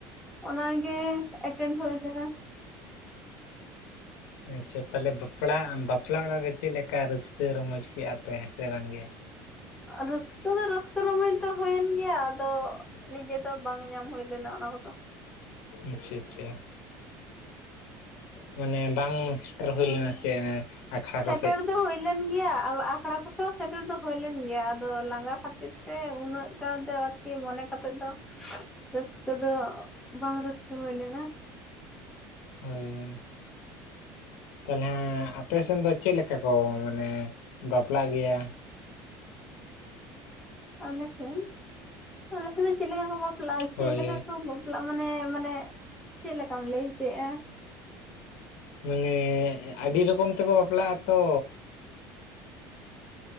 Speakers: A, in the centre; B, on the left.
A: ᱚᱱᱟ ᱜᱮ ᱮᱴᱮᱱ ᱦᱩᱭ ᱞᱮᱱᱟ
B: ᱟᱪᱪᱷᱟ ᱛᱟᱦᱚᱞᱮ ᱵᱟᱯᱲᱟ ᱵᱟᱯᱞᱟ ᱚᱲᱟᱜ ᱨᱮ ᱪᱮᱫ ᱞᱮᱠᱟ ᱨᱟᱹᱥᱠᱟᱹ ᱨᱚᱢᱚᱡᱽ ᱠᱮᱫᱼᱟ ᱯᱮ ᱦᱮᱸ ᱥᱮ ᱵᱟᱝᱜᱮ
A: ᱨᱟᱹᱥᱠᱟᱹ ᱫᱚ ᱨᱟᱹᱥᱠᱟᱹ ᱨᱚᱢᱚᱡᱽ ᱫᱚ ᱦᱩᱭᱮᱱ ᱜᱮᱭᱟ ᱟᱫᱚ ᱱᱤᱡᱮ ᱫᱚ ᱵᱟᱝ ᱧᱟᱢ ᱦᱩᱭ ᱞᱮᱱᱟ ᱚᱱᱟ ᱠᱚᱫᱚ
B: ᱟᱪᱷᱟ ᱟᱪᱷᱟ ᱢᱟᱱᱮ ᱵᱟᱝ? ᱥᱮᱴᱮᱨ ᱦᱩᱭ
A: ᱦᱮᱸ
B: ᱞᱮᱱᱟ ᱪᱮᱫ ᱟᱠᱷᱲᱟ
A: ᱥᱮᱴᱮᱨ
B: ᱠᱚᱥᱮᱫ
A: ᱫᱚ ᱦᱩᱭ ᱞᱮᱱ ᱜᱮᱭᱟ ᱟᱠᱷᱲᱟ ᱠᱚᱥᱮ ᱦᱚᱸ ᱥᱮᱴᱮᱨ ᱫᱚ ᱦᱩᱭ ᱞᱮᱱ ᱜᱮᱭᱟ ᱟᱫᱚ ᱞᱟᱸᱜᱟ ᱠᱷᱛᱤᱨ ᱛᱮ ᱥᱮ ᱩᱱᱟᱹᱜᱴᱟ ᱫᱚ ᱟᱨᱠᱤ ᱢᱚᱱᱮ ᱠᱟᱛᱮᱫ ᱫᱚ ᱨᱟᱹᱥᱠᱟᱹ ᱫᱚ ᱵᱟᱝ ᱨᱟᱹᱥᱠᱟᱹ ᱦᱩᱭ ᱞᱮᱱᱟ
B: ᱦᱳᱭ ᱛᱟᱦᱚᱞᱮ ᱟᱯᱮᱥᱱ ᱫᱚ ᱪᱮᱫ ᱞᱮᱠᱟ ᱠᱚ ᱢᱟᱱᱮ ᱵᱟᱯᱞᱟᱜ ᱜᱮᱭᱟ
A: ᱟᱞᱮᱥᱮᱱ ᱟᱞᱮᱥᱮᱱ ᱫᱚ ᱪᱮᱫ ᱞᱮᱠᱟ ᱠᱚ ᱵᱟᱯᱞᱟᱜᱼᱟ ᱪᱮᱫ
B: ᱦᱳᱭ
A: ᱞᱮᱠᱟ ᱠᱚ ᱵᱟᱞ ᱢᱟᱱᱮ ᱢᱟᱱᱮ ᱪᱮᱫ ᱞᱮᱠᱟᱢ ᱞᱟᱹᱭ ᱦᱚᱪᱚᱭᱮᱫᱼᱟ
B: ᱢᱟᱱᱮ ᱟᱹᱰᱤ ᱞᱚᱠᱚᱢ ᱛᱮᱠᱚ ᱵᱟᱯᱞᱟᱜᱼᱟ ᱛᱚ